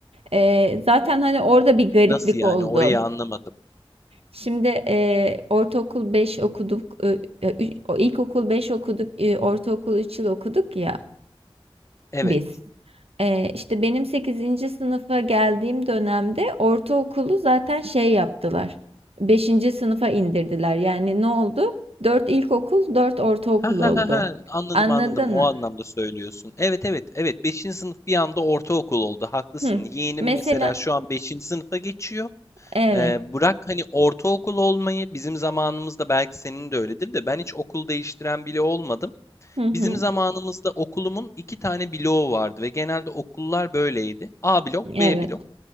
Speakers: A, on the right (about 80°); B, on the left (about 30°).
A: E, zaten hani orada bir gariplik
B: Nasıl yani?
A: oldu.
B: Orayı anlamadım.
A: Şimdi eee, ortaokul 5 okuduk, e, e, üç- o ilkokul 5 okuduk, e, ortaokul 3 yıl okuduk ya
B: Evet.
A: biz. Eee işte benim sekizinci sınıfa geldiğim dönemde ortaokulu zaten şey yaptılar. Beşinci sınıfa indirdiler. Yani ne oldu? 4 ilkokul, 4 ortaokul
B: Ha
A: oldu.
B: ha ha ha. Anladım
A: Anladın
B: anladım. O
A: mı?
B: anlamda söylüyorsun. Evet evet evet. Beşinci sınıf bir anda ortaokul oldu. Haklısın.
A: Hı.
B: Yeğenim
A: Mesela
B: mesela şu an beşinci sınıfa geçiyor.
A: evet.
B: Ee, bırak hani ortaokul olmayı bizim zamanımızda belki senin de öyledir de ben hiç okul değiştiren bile olmadım.
A: Hı hı.
B: Bizim zamanımızda okulumun iki tane bloğu vardı ve genelde okullar böyleydi. A blok,
A: Evet.
B: B blok.